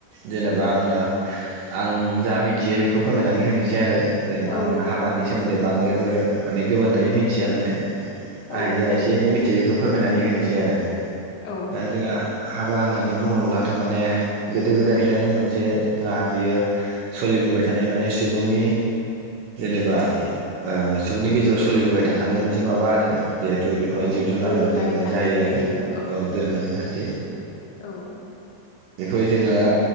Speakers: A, on the right (about 75°); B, on the left (about 80°).
A: जेनेबा
B: औ
A: आङो आं जा मिथियो बेखौ फोरमायनानै होनो सै आरो जेनेबा
B: औ
A: आङो हाबानि
B: औ
A: सोमोन्दै बांद्रायबो माने गोबांद्रायै मिथिया माने
B: औ
A: आं जा
B: जागोन
A: एसे एनै
B: नोंथां
A: मिथियो बेखौ फोरमायनानै होनोसै आरो
B: औ
A: दा जोंहा हाबा होननानै बुङोब्लाथ' माने गोदो गोदायनिफ्रायनो मोनसे जोंहा बियो सलिबोबाय था नाय माने सुबुंनि जेनेबा ओ सुबुंनि गेजेराव सोलिबोबाय थाखानाय मोनसे माबा आरो जिहेथु बेखौहाय
B: औ
A: जिब जुनाराबो
B: दोरोङारि
A: जेनेबा
B: खान्थि
A: जायो
B: बायदिनो
A: आरो औ दोरोङारि खान्थि
B: औ
A: बेखौ जोङो